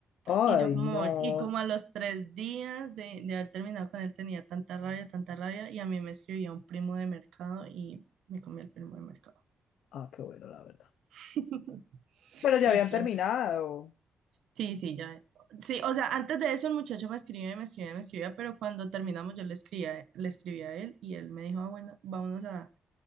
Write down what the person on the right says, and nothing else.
Y yo como,
y como a los tres días de, de haber terminado con él tenía tanta rabia, tanta rabia, y a mí me escribía un primo de mercado y me comí el primo de mercado.
<laughs>
Y
ya. Sí, sí, ya. Sí, o sea, antes de eso el muchacho me escribía y me escribía y me escribía, pero cuando terminamos yo le escribía, le escribí a él y él me dijo, ah, bueno, vámonos a,